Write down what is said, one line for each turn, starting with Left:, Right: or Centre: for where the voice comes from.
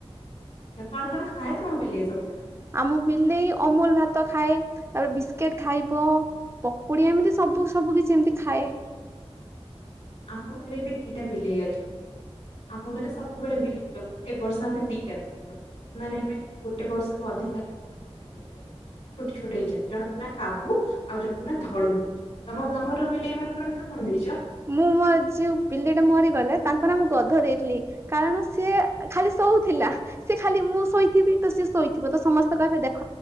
Left: ଆଚ୍ଛା, କଣ କଣ ଖାଏ ତମ ବିଲେଇ ସବୁଦିନ?
Right: ଆମ ବିଲେଇ ଅମୁଲ ଭାତ ଖାଏ, ତାପରେ ବିସ୍କିଟ ଖାଇବ। ପକୁଡି ଏମିତି ସବୁ ସବୁ କିଛି ଏମିତି ଖାଏ।
Left: ଆମ ଘରେ ବି ଦିଟା ବିଲେଇ ଅଛନ୍ତି। ଆମ ଘରେ ସବୁବେଳେ ବିଲେଇ ରଖୁ ଏବର୍ଷ ଆମେ ଦିଟା ବିଲେଇ ରଖିଛୁ। ସେମାନେ ଏବେ ଗୋଟେ ବର୍ଷ ରୁ ଅଧିକା ହେଲାଣି ଆମ ଘରେ ରହୁଛନ୍ତି। ଛୋଟ ଛୋଟ ହେଇଛନ୍ତି ଜଣଙ୍କ ନା କାବୁ ଆଉ ଜଣଙ୍କ ନା ଧଳୁ ଦେଇଚୁ। ତମ ତମର, ବିଲେଇ ମାନଙ୍କର ନାଁ କଣ ଦେଇଛ?
Right: ମୁଁ ମୋର ଯୋଉ ବିଲେଇଟା ମରିଗଲେ ତାଙ୍କ ନା ମୁଁ ଗଧ ଦେଇଥିଲି। କାରଣ ସିଏ ଖାଲି ଶଉଥିଲା। ସେ ଖାଲି ମୁଁ ଶୋଇଥିବି ତ ସେ ଶୋଇଥିବ ତ ସମସ୍ତେ କହିବେ ଦେଖ